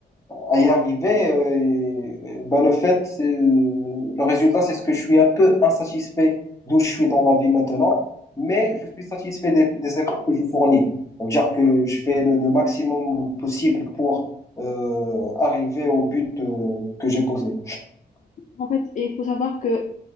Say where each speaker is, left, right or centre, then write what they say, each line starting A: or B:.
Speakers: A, on the left; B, on the left.
A: à y arriver. euh, Et, ben, le fait, c'est- le résultat, c'est ce que je suis un peu insatisfait d'où je suis dans la vie maintenant, mais je suis satisfait des, des efforts que je fournis. Donc, dire que je fais le, le maximum possible pour euh, arriver au but euh, que j'ai posé.
B: En fait, il faut savoir que